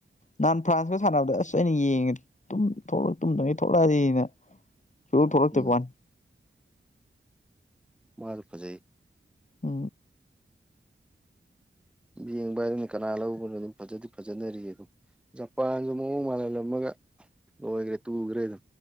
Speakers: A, on the left; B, in the centre.
A: ꯅꯍꯥꯟ ꯐ꯭ꯔꯥꯟꯁꯀ ꯁꯥꯟꯅꯕꯗ ꯑꯁ ꯑꯩꯅ ꯌꯦꯡꯉꯦ ꯇꯨꯝ ꯇꯨꯝꯗꯉꯩ ꯊꯣꯛꯂꯛꯑꯁꯤꯅ ꯆ ꯊꯔꯛꯦ
B: ꯎꯝ
A: ꯄꯥꯟ
B: ꯃꯥꯜ ꯐꯖꯩ
A: ꯑ
B: ꯌꯦꯡꯕ ꯍꯥꯏꯗꯅ ꯀꯅꯥ ꯂꯧꯕꯅꯣ ꯑꯗꯨꯝ ꯐꯖꯗꯤ ꯐꯖꯅꯔꯤꯌꯦ ꯑꯗꯨꯝ ꯖꯄꯥꯟꯁꯨ ꯃꯑꯣꯡ ꯃꯥꯂꯂꯝꯃꯒ ꯑꯣꯏ ꯑꯣꯏꯈ꯭ꯔꯦ ꯇꯨꯒ꯭ꯔꯦꯗ